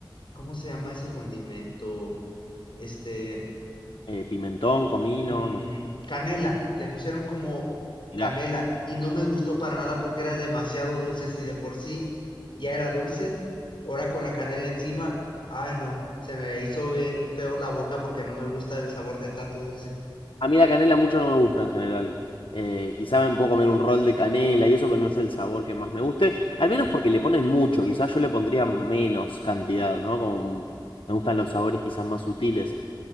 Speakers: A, on the left; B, on the left.
A: ¿cómo se llama ese condimento? Este,
B: Eh, pimentón, comino,
A: mm,
B: no sé.
A: canela, le pusieron como canela
B: Mirá.
A: y no me gustó para nada porque era demasiado dulce, si de por sí ya era dulce, ahora con la canela encima, ay no, se me hizo bien feo la boca porque no me gusta el sabor de tanto dulce.
B: A mí la canela mucho no me gusta en general. Eh, quizá me puedo comer un rol de canela y eso, pero no es el sabor que más me guste. Al menos porque le ponen mucho, quizás yo le pondría menos cantidad, ¿no? Como me gustan los sabores quizás más sutiles.